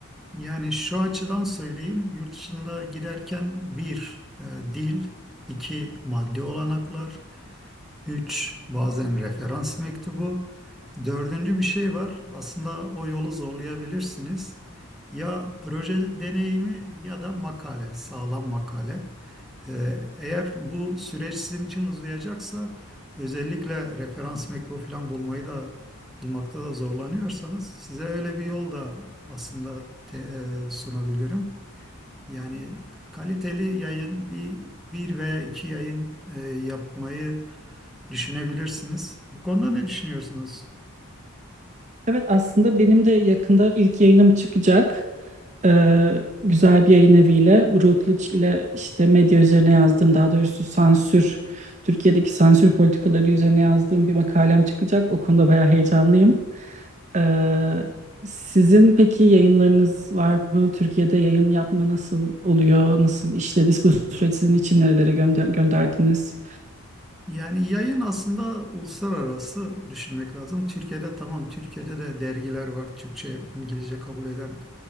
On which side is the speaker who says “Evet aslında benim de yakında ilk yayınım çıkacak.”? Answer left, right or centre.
Right